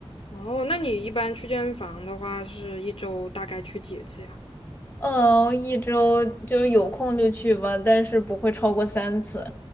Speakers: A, on the left (about 60°); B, on the left (about 20°).
A: 哦，那你一般去健身房的话，是一周大概去几次呀？
B: 嗯，一周就有空就去吧，但是不会超过三次。